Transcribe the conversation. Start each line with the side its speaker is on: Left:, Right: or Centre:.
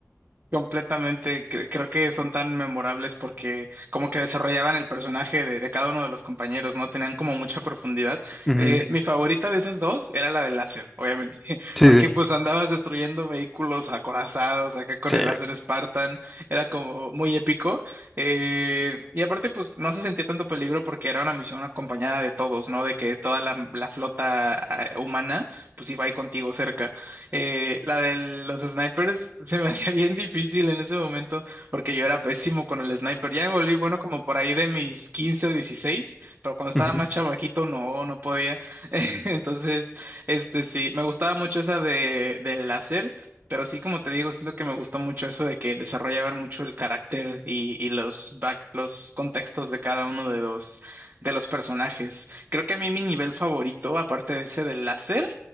Right: Completamente, cre- creo que son tan memorables porque como que desarrollaban el personaje de, de cada uno de los compañeros, ¿no? Tenían como mucha profundidad.
Centre: Ujú,
Right: Eh, mi favorita de esas dos era la del láser, obviamente, <laughs>
Centre: Sí,
Right: porque pues andabas destruyendo vehículos acorazados acá con
Centre: sí.
Right: el láser Spartan, era como muy épico. Eh, y aparte pues no se sentía tanto peligro porque era una misión acompañada de todos, ¿no? De que toda la, la flota eh, humana pues iba ahí contigo cerca. Eh, la de los snipers se me <laughs> hacía bien difícil en ese momento porque yo era pésimo con el sniper. Ya me volví bueno como por ahí de mis 15 o 16 pero cuando estaba
Centre: Ujú.
Right: más chavaquito no, no podía. <laughs> Entonces, este sí, me gustaba mucho esa de, del láser. Pero sí, como te digo, siento que me gustó mucho eso de que desarrollaban mucho el carácter y, y los back, los contextos de cada uno de los, de los personajes. Creo que a mí mi nivel favorito, aparte de ese del láser,